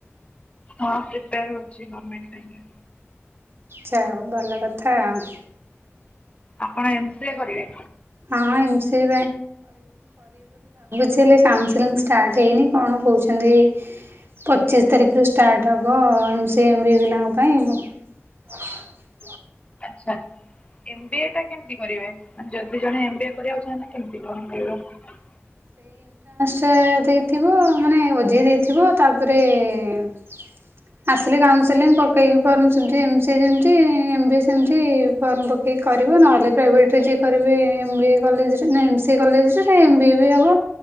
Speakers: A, on the left; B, on the right.
A: ହଁ, ପ୍ରିପେୟାର ହଉଛି ଗର୍ମେଣ୍ଟ ପାଇଁ କା।
B: ଯାହା ହଉ ଭଲ କଥା ଆଉ।
A: ଆପଣ ଏମ୍ ସି ଏ କରିବେ?
B: ହଁ ଏମ୍ ସି ଏ ଶି ଏଲେ କାଉନସିଲିଂ ଷ୍ଟାର୍ଟ ହେଇନି, କଣ କହୁଛନ୍ତି? ପଚିଶ ତାରିଖରୁ ଷ୍ଟାର୍ଟ ହବ, M C M B A ପିଲାଙ୍କ ପାଇଁ ଅ
A: ଆଚ୍ଛା। ଏମ୍ ବି ଏ ଟା କେମିତି କରିବେ? ମାନେ ଯଦି ଜଣେ ଏମ୍ ବି ଏ କରିବାକୁ ଚାହିଁଲେ କେମତି କଣ କରିବ?
B: ତା ଦେଇଥିବ। ମାନେ ଓଜେଇ ଦେଇଥିବ ତାପରେ-ଏଁ ଆସିଲି କାଉନସେଲିଂ ପକେଇକି ଫର୍ମ, ସେମତି ଏମ୍ ସି ଏ ଯେମତି ଏମ୍ ବି ଏ ସେମତି ଫର୍ମ ପ କି କରିବ ନହେଲେ ପ୍ରାଇଭେଟ୍ ରେ ଯିଏ କରିବେ, ଏମ୍ ବି ଏ କଲେଜରେ ନା ଏମ୍ ସି ଏ କଲେଜରେ। ଇଏ ହବ